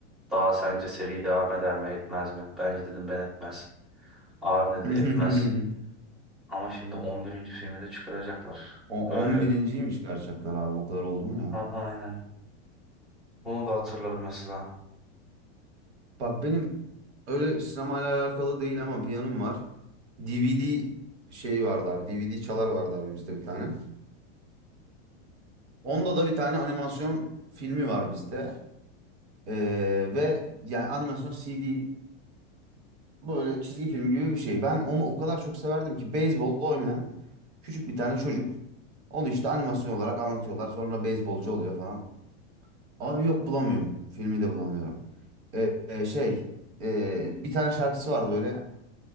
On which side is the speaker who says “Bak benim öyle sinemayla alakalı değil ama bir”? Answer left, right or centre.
Right